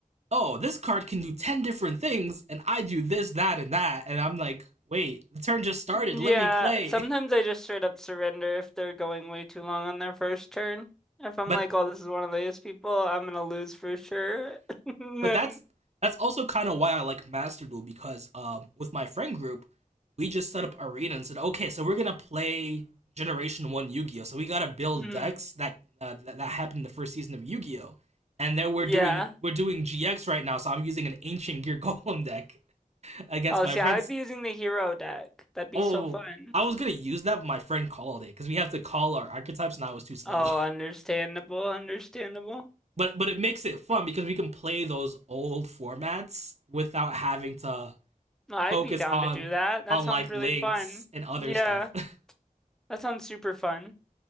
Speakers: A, on the right (about 50°); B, in the centre.
A: oh, this card can do ten different things, and I do this, that, and that, and I'm like, wait, the turn just started.
B: Yeah,
A: Let me play.
B: sometimes
A: <laughs>
B: I just straight up surrender if they're going way too long on their first turn. If I'm
A: But
B: like, oh, this is one of these people, I'm gonna lose for sure. <laughs> And
A: But
B: then,
A: that's that's also kind of why I like Master Duel because um, with my friend group, we just set up arena and said, okay, so we're gonna play Generation One Yu-Gi-Oh. So we gotta build
B: mhm.
A: decks that uh, that, that happened in the first season of Yu-Gi-Oh. And then we're
B: yeah.
A: doing we're doing GX right now, so I'm using an Ancient Gear <laughs> Golem deck against
B: Oh,
A: my
B: see,
A: friends.
B: I would be using the hero deck. That'd be
A: Oh,
B: so fun.
A: I was gonna use that, but my friend called it because we have to call our archetypes, and I was too slow.
B: Oh, understandable, understandable.
A: <laughs> but but it makes it fun because we can play those old formats without having to
B: No, I'd
A: focus
B: be down
A: on
B: to do that. That
A: on
B: sounds
A: like
B: really
A: links
B: fun.
A: and other
B: Yeah,
A: stuff. <laughs>
B: that sounds super fun.